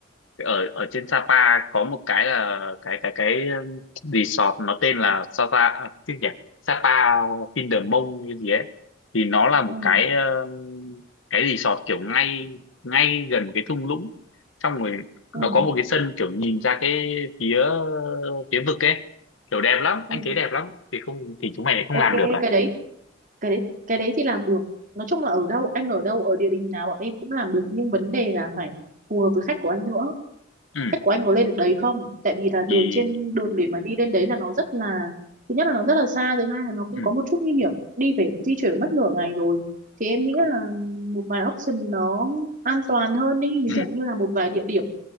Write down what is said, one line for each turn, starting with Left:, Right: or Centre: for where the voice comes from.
Left: ở ở trên Sapa có một cái là cái cái cái ừ, resort nó tên là Sapa à, cái gì nhỉ Sapa Vindermong như gì ấy thì nó là một
Right: <laughs> ừ.
Left: cái ờ, cái resort kiểu ngay ngay gần cái thung lũng xong rồi
Right: Ừ.
Left: nó có một cái sân kiểu nhìn ra cái phía phía vực ấy kiểu đẹp lắm
Right: Ừ.
Left: anh thấy đẹp lắm thì không thì chúng mày lại không
Right: ok
Left: làm được à
Right: cái đấy cái đấy cái đấy thì làm được nói chung là ở đâu anh ở đâu ở địa đình nào bọn em cũng làm được nhưng vấn đề là phải phù hợp với khách của anh nữa
Left: ừ
Right: khách của anh có lên được đấy không tại vì là đường
Left: thì
Right: trên đường để mà đi lên đấy là nó rất là thứ nhất là nó rất là xa thứ hai là nó cũng
Left: ừ
Right: có một chút nguy hiểm đi phải di chuyển mất nửa ngày rồi thì em nghĩ
Left: cũng-
Right: là một vài option nó an toàn hơn đi ví
Left: ừ
Right: dụ như là một vài địa điểm